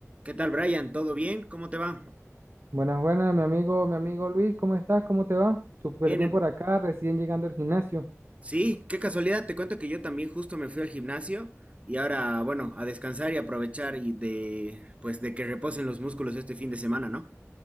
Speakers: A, on the right; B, on the right.
A: ¿Qué tal, Brian? ¿Todo bien? ¿Cómo te va?
B: Buenas, buenas, mi amigo, mi amigo Luis, ¿cómo estás? ¿Cómo te va? Súper
A: Bien.
B: bien
A: her-
B: por acá, recién llegando al gimnasio.
A: Sí, qué casualidad. Te cuento que yo también justo me fui al gimnasio y ahora, bueno, a descansar y aprovechar y de, pues, de que reposen los músculos este fin de semana, ¿no?